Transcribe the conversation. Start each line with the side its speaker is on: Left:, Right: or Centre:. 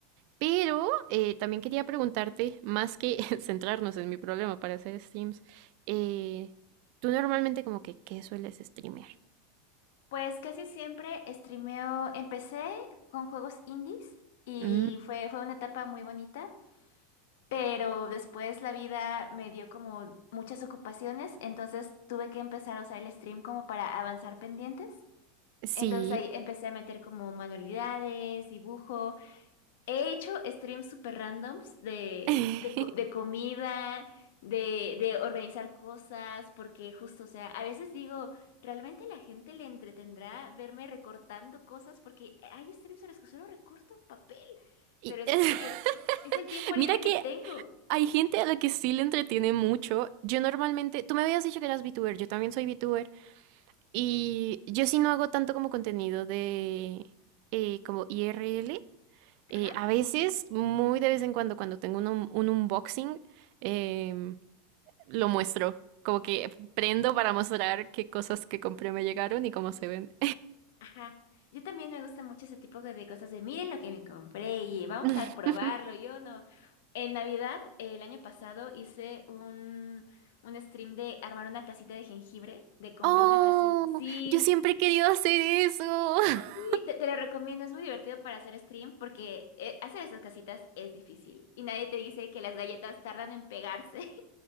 Right: pero eh, también quería preguntarte, más que <laughs> centrarnos en mi problema para hacer streams, eh, tú normalmente como que, ¿qué sueles streamear?
Left: pues casi siempre streameo. Empecé con juegos indies y
Right: Mm,
Left: fue, fue una etapa muy bonita, pero después la vida me dio como muchas ocupaciones, entonces tuve que empezar a usar el stream como para avanzar pendientes.
Right: sí.
Left: Entonces ahí empecé a meter como manualidades, dibujo. He hecho streams super randoms de,
Right: <laughs>
Left: de, co- de comida, de, de organizar cosas, porque justo, o sea, a veces digo, ¿realmente a la gente le entretendrá verme recortando cosas? Porque hay streams en los que solo recorto papel,
Right: Y-
Left: pero es
Right: <laughs>
Left: porque es el tiempo
Right: mira
Left: libre
Right: que
Left: que tengo.
Right: Hay gente a la que sí le entretiene mucho. Yo normalmente, tú me habías dicho que eras VTuber, yo también soy VTuber y yo sí no hago tanto como contenido de eh, como IRL. Eh,
Left: Ajá.
Right: a veces, muy de vez en cuando, cuando tengo un, un- un unboxing, em, lo muestro. Como que prendo para mostrar qué cosas que compré me llegaron y cómo se ven.
Left: Ajá. Yo también me gusta mucho ese tipo de cosas de miren lo que me compré y vamos
Right: <laughs>
Left: a probarlo. Yo no. En Navidad, el año pasado, hice un, un stream de armar una casita de jengibre, de compré
Right: Oh,
Left: una casita. Sí,
Right: yo siempre he querido hacer eso. <laughs>
Left: sí, te, te lo recomiendo. Es muy divertido para hacer stream porque eh, hacer esas casitas es difícil y nadie te dice que las galletas tardan en pegarse.